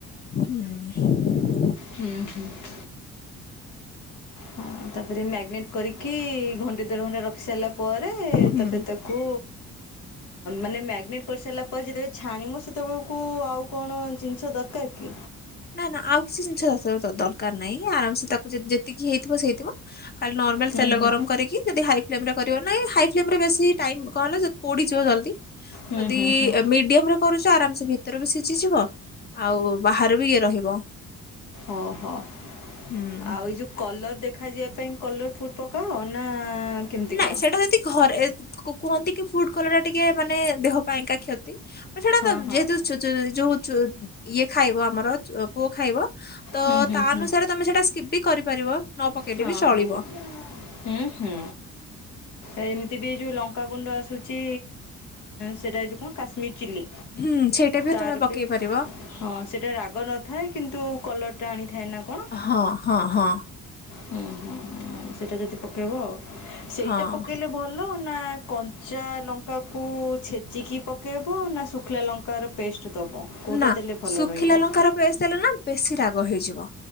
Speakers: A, on the left; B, on the left.
A: ହୁଁ।
B: ହୁଁ ହୁଁ। ହୁଁ ତାପରେ ମ୍ୟାଗନେଟ୍ କରିକି ଘଣ୍ଟେ ଦେଢ଼ ଘଣ୍ଟା ରଖି ସାରିଲା ପରେ
A: ହୁଁ।
B: ତାପରେ ତା କୁ ମାନେ ମ୍ୟାଗ୍ନେଟ କରି ସାରିଲା ପରେ ଯେତେବେଳେ ଛାଣିବ ସେତେବେଳକୁ ଆଉ କଣ ଜିନିଷ ଦରକାର କି?
A: ନା ନା ଆଉ କିଛି ଜିନିଷ ସ ଦରକାର ନାହିଁ ଆରାମସେ ତାକୁ ଯେତିକି ହେଇଥିବ ସେ ହେଇଥିବ ଖାଲି ନର୍ମାଲ
B: ହୁଁ
A: ତେଲ
B: ହୁଁ
A: ଗରମ କରିକି ଯଦି ହାଇ ଫ୍ଲେମ କରିବ ନାଇ ହାଇ ଫ୍ଲେମମ ବେଶି ଟାଇମ କଣ ହେଲା ଯଦି ପୋଡିଯିବ ଜଲଦି
B: ହୁଁ
A: ଯଦି
B: ହୁଁ ହୁଁ
A: ମିଡିୟମ ରେ କରୁଚ ଆରାମସେ ଭିତରେ ବି ସିଝିଯିବ ଆଉ ବାହାରେ ବି ରହିବ
B: ଓ ହୋ ଆଉ।
A: ହୁଁ।
B: ଏଇ ଯୋଉ କଲର ଦେଖାଯିବା ପାଇଁ କଲର ଫୁଟ ପକାଅ ନା କେମିତି
A: ନାଇଁ
B: କ'ଣ
A: ସେଟା ଯଦି ଘରେ କୁ-କୁହନ୍ତି କି ଫୁଡ କଲର ଟା ଟିକେ ମାନେ ଦେହ ପାଇଁକା କ୍ଷତି ସେଟା
B: ହଁ
A: ତ
B: ହଁ
A: ଯେହେତୁ ଚୁ ଚୁ ଯୋଉ ଚୁ ଯୋଉ ଇଏ ଖାଇବ ଆମର ପୁଅ ଖାଇବ ତ
B: ହୁଁ ହୁଁ
A: ତା
B: ହୁଁ
A: ଅନୁସାରେ ତମେ ସେଟା ସ୍କିପ ବି କରିପାରିବ ନ ପକେଇଲେ
B: ହଁ
A: ବି ଚଳିବ।
B: ହଁ ହୁଁ ହୁଁ ଏମି ତି ବି ଯେଉଁ ଲଙ୍କାଗୁଣ୍ଡ ଆସୁଚି ସେଇଟା ଏଇ ଯୋଉ କଣ କାଶ୍ମୀର ଚିଲ୍ଲି।
A: ହୁଁ ସେଇଟା
B: ତାର
A: ତମେ ପକେଇ
B: ବି
A: ପାରିବ
B: ହଁ ସେଟା ରାଗ ନ ଥାଏ କିନ୍ତୁ କଲର ଟା ଆଣିଥାଏ ନା କଣ।
A: ହଁ ହଁ ହଁ।
B: ହୁଁ ହୁଁ ସେଇଟା ଯଦି ପକେଇବ ଆଉ ସେଇଟା
A: ହଁ।
B: ପକେଇଲେ ଭଲ ନା କଞ୍ଚା ଲଙ୍କାକୁ ଛେଚିକି ପକେଇବ ନା ଶୁଖିଲା ଲଙ୍କାର ପେଷ୍ଟ ଦେବ। କୋଉଟା
A: ନା
B: ଦେଲେ ଭଲ
A: ଶୁଖିଲା
B: ରହିବ।
A: <unintelligible> ଦେଲେ ନା ବେଶି ରାଗ ହେଇଯିବ